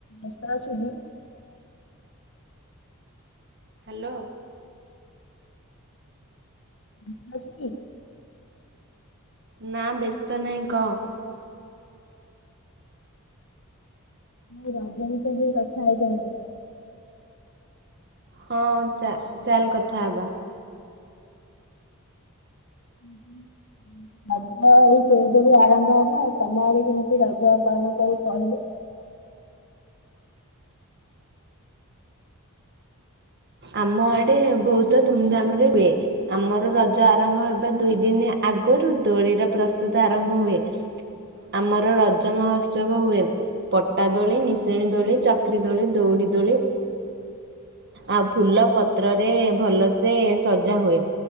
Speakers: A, on the left; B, on the right.
A: ବ୍ୟସ୍ତ ରେ ଅଛୁ କି?
B: ହ୍ୟାଲୋ।
A: ବ୍ୟସ୍ତ ଅଛୁ କି?
B: ନା ବ୍ୟସ୍ତ ନାହିଁ କହ।
A: ଏ ରଜ ବିଷୟ ରେ ଟିକେ କଥା ହେଇଥାନ୍ତେ।
B: ହଁ ଚା ଚାଲ କଥା ହବା।
A: <unintelligible> ରଜ ଏଇ ଚଉଦରୁ ଆରମ୍ଭ ହବ ଆଉ ତମେ ଆଡେ ଯେମିତି ରଜ ପାଳନ କରି କହିଲୁ।
B: ଆମ ଆଡେ ବହୁତ ଧୁମଧାମ ରେ ହୁଏ। ଆମର ରଜ ଆରମ୍ଭ ଅବା ଦୁଇ ଦିନି ଆଗରୁ ଦୋଳିର ପ୍ରସ୍ତୁତ ଆରମ୍ଭ ହୁଏ। ଆମର ରଜ ମହୋତ୍ସବ ହୁଏ। ପଟା ଦୋଳି ନିସେଣି ଦୋଳି ଚକ୍ରୀ ଦୋଳି ଦୌଡ଼ି ଦୋଳି ଆ ଫୁଲ ପତ୍ରରେ ଭଲ ସେ ସଜା ହୁଏ।